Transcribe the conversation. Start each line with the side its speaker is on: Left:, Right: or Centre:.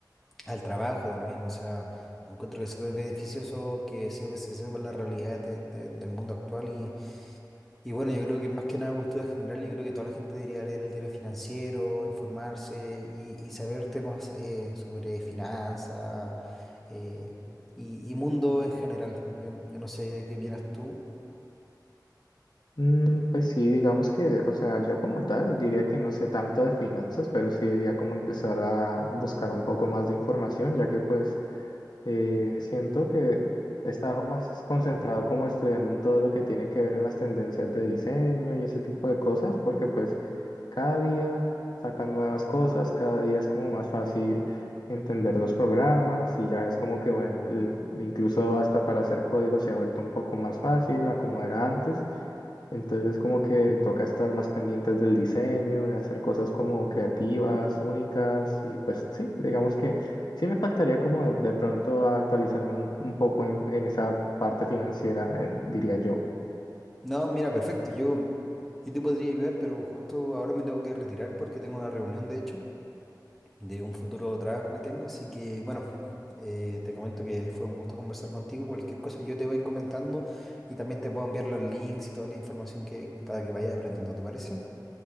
Centre: al trabajo también. O sea, encuentro que es súper beneficioso que se, se sepa la realidad de- de- del mundo actual y y bueno, yo creo que más que nada cultura general, yo creo que toda la gente debería leer el diario financiero, informarse y, y saber temas eh, sobre finanzas eh, y, y mundo en general. Yo, yo no sé qué opinas tú.
Left: Mm, pues sí, digamos que, o sea, yo como tal diría que no sé tanto de finanzas, pero sí diría como empezar a buscar un poco más de información, ya que pues eh, siento que he estado más concentrado como estudiando en todo lo que tiene que ver en las tendencias de diseño y ese tipo de cosas, porque pues cada día sacan nuevas cosas, cada día es como más fácil entender los programas y ya es como que, bueno, el- incluso hasta para hacer código se ha vuelto un poco más fácil a como era antes. Entonces como que toca estar más pendientes del diseño, de hacer cosas como creativas, únicas y pues sí, digamos que sí me faltaría como de, de pronto actualizarme un, un poco en, en esa parte financiera, eh, diría yo.
Centre: No, mira, perfecto. Yo, yo te podría ayudar, pero justo ahora me tengo que retirar porque tengo una reunión, de hecho. de un futuro trabajo que tengo. Así que, bueno, eh, te comento que fue un gusto conversar contigo. Cualquier cosa yo te voy comentando y también te puedo enviar los links y toda la información que, para que vayas aprendiendo, ¿te parece?